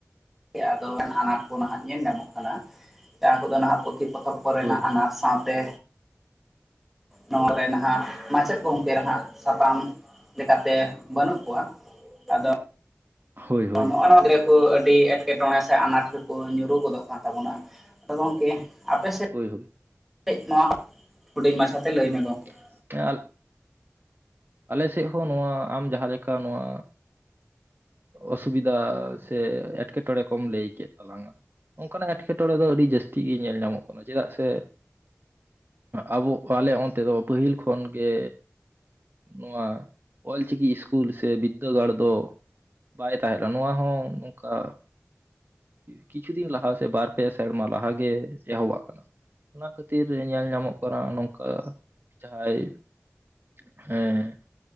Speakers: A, in the centre; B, on the right.
A: ᱟᱫᱚ ᱟᱱᱟᱴ ᱠᱚ ᱱᱟᱦᱟᱜ ᱧᱮᱞ ᱧᱟᱢᱚᱜ ᱠᱟᱱᱟ ᱾ ᱡᱟᱦᱟᱸ ᱠᱚᱫᱚ ᱱᱟᱦᱟᱜ ᱯᱩᱛᱷᱤ ᱯᱚᱛᱚᱵ ᱠᱚᱨᱮᱱᱟᱜ
B: ᱦᱳᱭ
A: ᱟᱱᱟᱴ ᱥᱟᱶᱛᱮ ᱱᱚᱨᱮ ᱱᱟᱦᱟᱜ ᱢᱟᱪᱮᱫ ᱜᱚᱝᱠᱮ ᱱᱟᱦᱟᱜ ᱥᱟᱛᱟᱢ ᱞᱮᱠᱟᱛᱮ ᱵᱟᱹᱱᱩᱜ ᱠᱚᱣᱟ ᱾ ᱟᱫᱚ
B: ᱦᱳᱭ ᱦᱳᱭ
A: <unintelligible> ᱟᱹᱰᱤ ᱮᱴᱠᱮᱴᱚᱬᱮ ᱥᱮ ᱟᱱᱟᱴ ᱨᱮᱠᱚ ᱧᱩᱨᱩ ᱜᱚᱫᱚᱜ ᱠᱟᱱ ᱛᱟᱵᱚᱱᱟ ᱾ ᱟᱫᱚ ᱜᱚᱢᱠᱮ ᱟᱯᱮ ᱥᱮᱫ
B: ᱦᱚᱭ ᱦᱚᱭ ᱾
A: ᱱᱚᱣᱟ ᱦᱩᱰᱤᱧ ᱢᱟᱪᱷᱟᱛᱮ ᱞᱟᱹᱭ ᱢᱮ ᱜᱚᱢᱠᱮ ᱾
B: <unintelligible> ᱟᱞᱮ ᱥᱮᱫ ᱦᱚᱸ ᱱᱚᱣᱟ ᱟᱢ ᱡᱟᱦᱟᱸ ᱞᱮᱠᱟ ᱱᱚᱣᱟ ᱚᱥᱤᱵᱤᱫᱟ ᱥᱮ ᱮᱴᱠᱮᱴᱚᱬᱮ ᱠᱚᱢ ᱞᱟᱹᱭ ᱠᱮᱫ ᱛᱟᱞᱟᱝᱟ, ᱚᱱᱠᱟᱱᱟᱜ ᱮᱴᱠᱮᱴᱚᱬᱮ ᱫᱚ ᱟᱹᱰᱤ ᱡᱟᱹᱥᱛᱤ ᱜᱮ ᱧᱮᱞ ᱧᱟᱢᱚᱜ ᱠᱟᱱᱟ ᱾ ᱪᱮᱫᱟᱜ ᱥᱮ ᱟᱵᱚ ᱟᱞᱮ ᱚᱱᱛᱮ ᱫᱚ ᱯᱟᱹᱦᱤᱞ ᱠᱷᱚᱱᱜᱮ ᱱᱚᱣᱟ ᱚᱞᱪᱤᱠᱤ ᱤᱥᱠᱩᱞ ᱥᱮ ᱵᱤᱫᱽᱫᱟᱹᱜᱟᱲ ᱫᱚ ᱵᱟᱭ <unintelligible> ᱱᱚᱣᱟ ᱦᱚᱸ ᱱᱚᱝᱠᱟ, ᱠᱤᱪᱷᱩ ᱫᱤᱱ ᱞᱟᱦᱟ ᱥᱮ ᱵᱟᱨ ᱯᱮ ᱥᱮᱨᱢᱟ ᱞᱟᱦᱟ ᱜᱮ ᱮᱦᱚᱵᱟᱜ ᱠᱟᱱᱟ ᱾ ᱚᱱᱟ ᱠᱷᱟᱹᱛᱤᱨ ᱧᱮᱞ ᱧᱟᱢᱚᱜ ᱠᱟᱱᱟ ᱱᱚᱝᱠᱟ, ᱡᱟᱦᱟᱸᱭ ᱦᱮᱸ